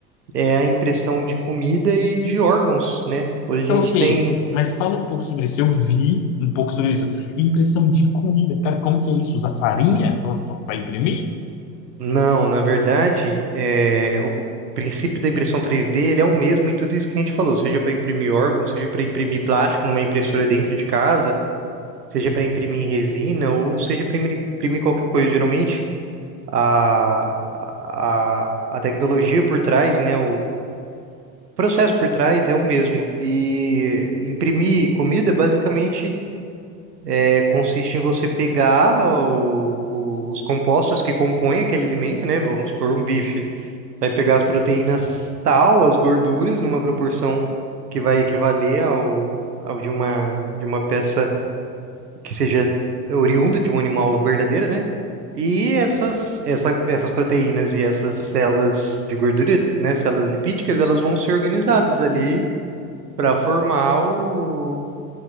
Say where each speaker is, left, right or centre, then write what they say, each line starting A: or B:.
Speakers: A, on the right; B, on the left.
A: é a impressão de comida e de órgãos, né? Hoje
B: Então,
A: a gente
B: ok,
A: tem.
B: mas fala um pouco sobre isso. Eu vi um pouco sobre isso. Impressão de comida. Cara, como que é isso? Usar farinha pra, pra, pra imprimir?
A: Não, na verdade, é, o princípio da impressão 3D ele é o mesmo em tudo isso que a gente falou, seja para imprimir órgãos, seja para imprimir plástico numa impressora dentro de casa, seja para imprimir resina ou seja para imprimir imprimir qualquer coisa. Geralmente, a, a, a tecnologia por trás, né? processo por trás é o mesmo. E imprimir comida, basicamente, é, consiste em você pegar o- o- os compostos que compõem aquele alimento, né? Vamos supor, um bife. Vai pegar as proteínas tal, as gorduras, numa proporção que vai equivaler ao, ao de uma, de uma peça que seja oriunda de um animal verdadeiro, né? E essas, essa, essas proteínas e essas células de gordura, né, células lipídicas, elas vão ser organizadas ali para formar o-